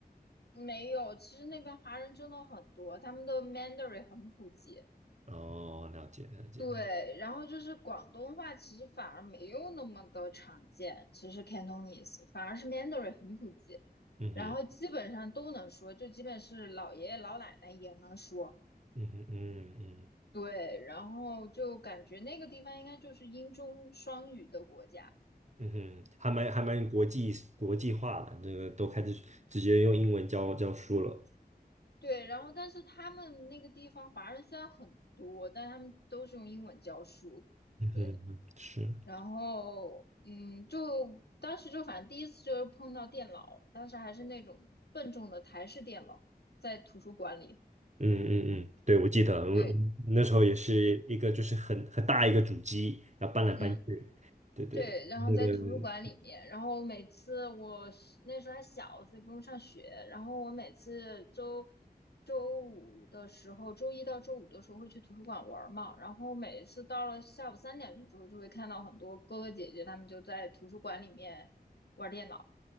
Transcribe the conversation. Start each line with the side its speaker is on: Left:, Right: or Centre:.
Left: 没有，其实那边华人真的很多，他们的 Mandarin 很普及。
Right: 哦，了解了解，
Left: 对，然后就是广东话，其实反而没有那么的常见。其实 Cantonese 反而是 Mandarin 很普及，
Right: 嗯哼
Left: 然后基本上都能说，就基本是老爷爷老奶奶也能说。
Right: 嗯哼嗯嗯
Left: 对，然后就感觉那个地方应该就是英中双语的国家。
Right: 嗯哼，还蛮还蛮国际国际化的，这个都开始直接用英文教教书了。
Left: 对，然后但是他们那个地方华人虽然很多，但他们都是用英文教书。
Right: 嗯哼，
Left: 对。
Right: 是，嗯
Left: 然后，嗯，就当时就反正第一次就是碰到电脑，当时还是那种笨重的台式电脑，在图书馆里。
Right: 嗯嗯，对，我记得，我们我们那时候也是一个就是很很大一个主机，
Left: 对，
Right: 然后搬来搬去，
Left: 嗯，
Right: 对对对，
Left: 对，然后在图书馆里面，
Right: 那个，嗯
Left: 然后每次我是那时候还小，所以不用上学，然后我每次周周五的时候，周一到周五的时候会去图书馆玩儿嘛，然后每次到了下午三点钟之后，就会看到很多哥哥姐姐他们就在图书馆里面玩电脑。